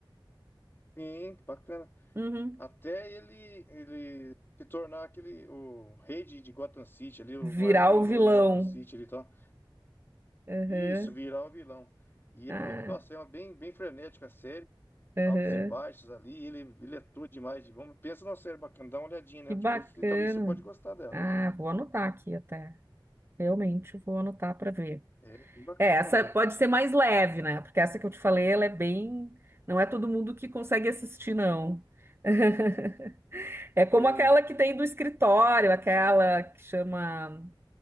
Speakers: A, on the left; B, on the right.
A: Sim, bacana.
B: Uhum.
A: Até ele, ele se tornar aquele, o rei de, de Gotham City ali, o
B: Virar
A: maior criminoso
B: o vilão.
A: de Gotham City ali e tal.
B: Aham.
A: Isso, virar o vilão. E
B: Ah,
A: é muito, nossa, é uma bem, bem frenética a série,
B: aham.
A: altos e baixos ali, ele, ele atua demais. De bom. Pensa numa série bacana, dá uma olhadinha nela
B: Que bacana.
A: depois, e talvez você pode gostar dela.
B: Ah, vou anotar aqui até. Realmente vou anotar para ver.
A: É bem bacana
B: É, essa
A: ela.
B: pode ser mais leve, né? Porque essa que eu te falei, ela é bem. Não é todo mundo que consegue assistir, não. <laughs> É como
A: Sim,
B: aquela que tem do escritório, aquela que chama.